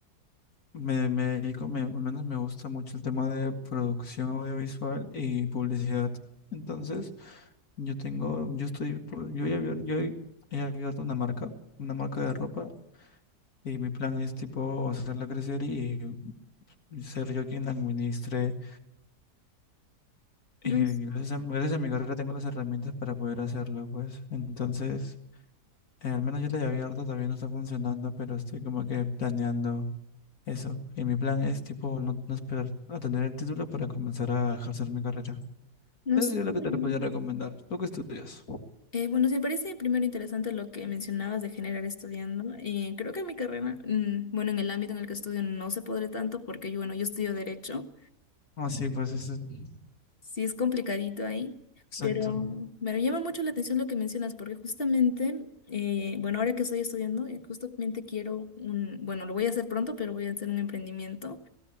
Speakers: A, on the left; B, on the left.
A: Me, me dedico, me, al menos me gusta mucho el tema de producción audiovisual y publicidad. Entonces, yo tengo, yo estoy, por- yo he abierto, yo he, he abierto una marca, una marca de ropa y mi plan es tipo hacerla crecer y, y ser yo quien la administre.
B: No,
A: Y
B: s-
A: gracias a, gracias a mi carrera tengo las herramientas para poder hacerlo, pues. Entonces, eh, al menos yo la he abierto, todavía no está funcionando, pero estoy como que planeando. Eso. Y mi plan es, tipo, no, no esperar a tener el título para comenzar a ejercer mi carrera.
B: no
A: Eso
B: sé.
A: sería lo
B: Bueno,
A: que te podría recomendar. ¿Tú qué estudias?
B: Eh, bueno, sí, me parece primero interesante lo que mencionabas de generar estudiando. Eh, creo que en mi carrera, mm, bueno, en el ámbito en el que estudio no se podré tanto porque yo, bueno, yo estudio derecho.
A: Ah, sí, pues eso. es-
B: Sí, es complicadito ahí,
A: Exacto.
B: pero me llama mucho la atención lo que mencionas, porque justamente, eh, bueno, ahora que estoy estudiando, eh, justamente quiero un, bueno, lo voy a hacer pronto, pero voy a hacer un emprendimiento.